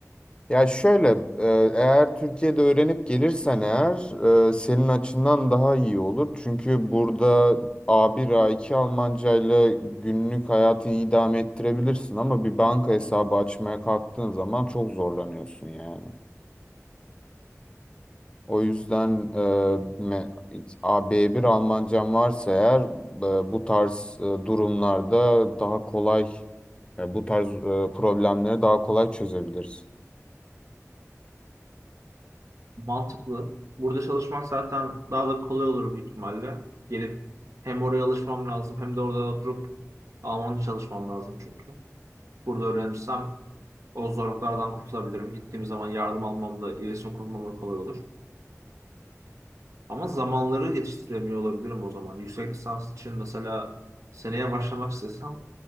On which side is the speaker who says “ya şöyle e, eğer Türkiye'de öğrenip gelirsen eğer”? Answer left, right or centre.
Left